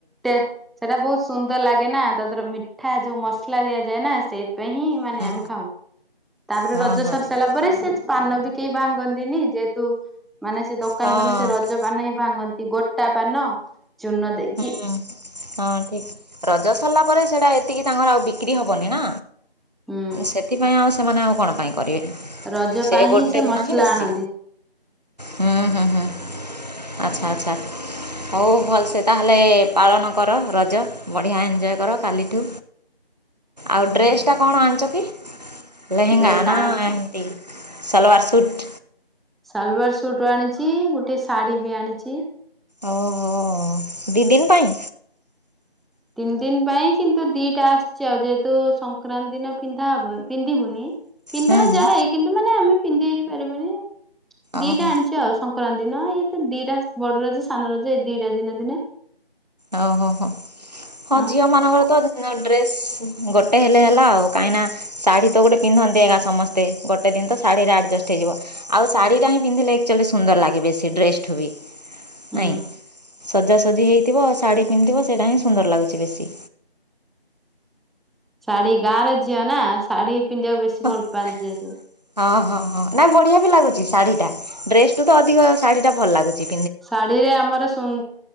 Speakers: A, in the centre; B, on the right.
A: ଟେ ସେଟା ବହୁତ ସୁନ୍ଦର ଲାଗେ ନା। ତା ଦେହରେ ମିଠା ଯୋଉ ମସଲା ଦିଆଯାଏ ନା, ସେଇଥିପାଇଁ ହିଁ ମାନେ
B: ହୁଁ
A: ଆମେ ଖାଉ। ତାପରେ
B: ହଁ
A: ରଜ
B: ହଁ
A: ସରି
B: ଠିକ୍
A: ସାରିଲା ପରେ ସେ ପାନ ବି କେହି ଭାଙ୍ଗନ୍ତିନି ଯେହେତୁ ମାନେ ସେ ଦୋକାନ
B: ହଁ
A: ମାନେ ସେ ରଜ ପାନ ହିଁ ଭାଙ୍ଗନ୍ତି। ଗୋଟା ପାନ ଚୁନ ଦେଇକି
B: ହୁଁ ହଁ ଠିକ। ରଜ ସରିଲା ପରେ ସେଟା ଏତିକି ତାଙ୍କର ଆଉ ବିକ୍ରି ହବନି ନା
A: ହୁଁ
B: ସେଥିପାଇଁ ଆଉ ସେମାନେ ଆଉ କଣ ପାଇଁ କରିବେ।
A: ରଜ
B: ସେ
A: ପାଇଁ
B: ଗୋଟେ
A: ହିଁ
B: ଦିନ
A: ମସଲା
B: ହିଁ ବେଶୀ
A: ଆଣନ୍ତି
B: ହୁଁ ହୁଁ ହୁଁ। ଆଚ୍ଛା ଆଚ୍ଛା। ହଉ ଭଲସେ ତାହେଲେ ପାଳନ କର ରଜ ବଢ଼ିଆ ଏଞ୍ଜୟ କର କାଲିଠୁ ଆଉ ଡ୍ରେସ୍ ଟା କଣ ଆଣିଚ କି? ଲେହେଙ୍ଗା
A: ଡ୍ରେସ
B: ନା
A: ଆଣିଛି
B: ଏମତି ସଲବାର ସୁଟ୍?
A: ସାଲୱାର୍ ସୁଟ ଆଣିଚି ଗୋଟେ ଶାଢୀ ବି ଆଣିଛି।
B: ଓହୋ। ଦି ଦିନ ପାଇଁ?
A: ତିନି ଦିନ ପାଇଁ କିନ୍ତୁ ଦିଟା ଆସିଛି ଆଉ ଯେହେତୁ ସଂକ୍ରାନ୍ତି ଦିନ ପିନ୍ଧାହବ ପିନ୍ଧିବୁନି ପିନ୍ଧା
B: ହୁଁ ହୁଁ
A: ଯାଏ କିନ୍ତୁ ମାନେ ଆମେ ପିନ୍ଧି ହେଇପାରିବୁନି ଦିଟା
B: ଓହୋ
A: ଆଣିଛୁ ଆଉ ସଂ କରାନ୍ତି ଦିନ ଇଏ ତ ଦିଟା ବଡ ରଜ ସାନ ରଜ ଏଇ ଦିଟା ଦିନ ଦିନେ
B: ଓ ହୋ ହୋ।
A: ହ
B: ହଁ ଝିଅ ମାନଙ୍କର ତ ଡ୍ରେସ୍ ଗୋଟେ ହେଲେ ହେଲା ଆଉ କାଇଁନା ଶାଢ଼ୀ ତ ଗୋଟେ ପିନ୍ଧନ୍ତି ଏଇକା ସମସ୍ତେ। ଗୋଟେ ଦିନ ତ ଶାଢ଼ୀରେ ଆଡ଼ଜଷ୍ଟ ହେଇଯିବ ଆଉ ଶାଢ଼ୀ ଟା ହିଁ ପିନ୍ଧିଲେ ଆକ୍ଚୁଆଲି ସୁନ୍ଦର ଲାଗେ ବେଶୀ ଡ୍ରେସ ଠୁ ବି।
A: ହୁଁ।
B: ନାଇଁ ସଜାସଜି ହେଇଥିବ ଶାଢ଼ୀ ପିନ୍ଧିଥିବ ସେଇଟା ହିଁ ସୁନ୍ଦର ଲାଗୁଛି ବେଶୀ।
A: ଶାଢୀ ଗାଁର ଝିଅ ନା ଶାଢୀ ପିନ୍ଧିବାକୁ ବେଶୀ
B: ହଁ
A: ଭଲ ପାଆନ୍ତି ଯେହେତୁ
B: ହଁ ହଁ ନାଇଁ ବଢିଆ ବି ଲାଗୁଛି ଶାଢୀ ଟା। ଡ୍ରେସ ଠୁ ତ ଅଧିକ ଶାଢୀ ଟା ଭଲ ଲାଗୁଚି।
A: ଶାଢୀରେ ଆମର ସୁନ୍